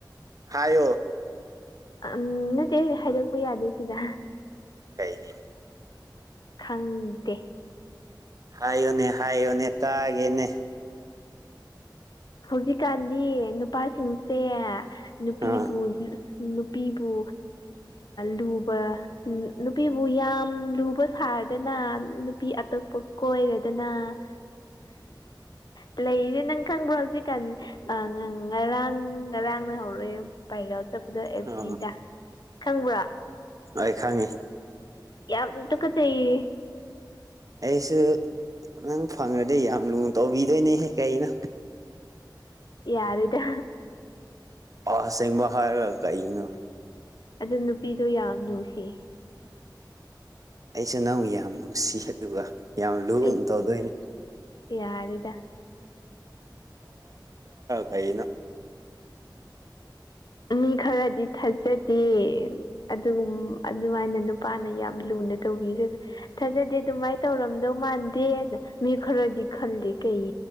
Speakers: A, on the right; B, on the left.
A: ꯍꯥꯏꯣ
B: ꯎꯝ ꯅꯠꯇꯦ ꯍꯥꯏꯗꯣꯛꯄ ꯌꯥꯗꯦ ꯁꯤꯗ
A: ꯀꯩꯒꯤ
B: ꯈꯪꯗꯦ
A: ꯍꯥꯏꯌꯣꯅꯦ ꯍꯥꯏꯌꯣꯅꯦ ꯇꯥꯒꯦꯅꯦ
B: ꯍꯧꯖꯤꯛꯀꯥꯟꯗꯤ ꯅꯨꯄꯥꯁꯤꯡꯁꯦ ꯅꯨꯄꯤꯕꯨ
A: ꯑꯥ
B: ꯅꯨꯄꯤꯕꯨ ꯂꯨꯕ ꯅꯨꯄꯤꯕꯨ ꯌꯥꯝ ꯂꯨꯕ ꯁꯥꯔ ꯗꯅ ꯅꯨꯄꯤ ꯑꯇꯣꯞꯄ ꯀꯣꯏꯔꯗꯅ ꯂꯩꯔꯤꯁꯦ ꯅꯪ ꯈꯪꯕ꯭ꯔꯣ ꯍꯧꯖꯤ ꯀꯥꯟ ꯉꯔꯥꯡ ꯉꯔꯥꯡꯅ ꯍꯧꯔꯛꯑꯦ ꯥꯏꯔꯦꯜ ꯆꯠꯄꯗꯣ ꯑꯦꯜ
A: ꯎꯝ
B: ꯄꯤꯗ ꯈꯪꯕ꯭ꯔ
A: ꯑꯩꯈꯣꯏ ꯈꯪꯉꯤ
B: ꯌꯥꯝ ꯇꯨ ꯀ ꯆꯌꯦ
A: ꯑꯩꯁꯨ ꯅꯪ ꯐꯪꯉꯗꯤ ꯌꯥꯝ ꯂꯨ ꯇꯧꯕꯤꯗꯣꯏꯅꯦꯍꯦ ꯀꯩꯅꯣ
B: ꯌꯥꯔꯗ
A: ꯑꯁꯕ ꯍꯥꯔ ꯂꯔꯀꯏꯅ
B: ꯑꯗꯨ ꯅꯨꯄꯤꯗꯣ ꯌꯥꯝ ꯅꯨꯡꯁꯤ
A: ꯑꯩꯁꯨ ꯅꯪ ꯌꯥꯝ ꯅꯨꯡꯁꯤ ꯑꯗꯨꯒ ꯌꯥꯝ ꯂꯨꯅꯥ
B: ꯑꯩ
A: ꯇꯧꯗꯣꯏꯅꯤ
B: ꯌꯥꯔꯦꯗ
A: ꯑꯩꯅ
B: ꯃꯤ ꯈꯔꯗꯤ ꯊꯥꯖꯗꯦ ꯑꯗꯨꯒꯨꯝ ꯑꯗꯨꯃꯥꯏꯅ ꯅꯨꯄꯥꯅ ꯌꯥꯝ ꯂꯨꯅ ꯇꯧꯕꯤꯔꯒ ꯊꯥꯖꯗꯦ ꯑꯗꯨꯃꯥꯏꯅ ꯇꯧꯔꯝꯗꯧ ꯃꯥꯟꯗꯦ ꯑꯗ ꯃꯤ ꯈꯔꯗꯤ ꯈꯜꯂꯤ ꯀꯩ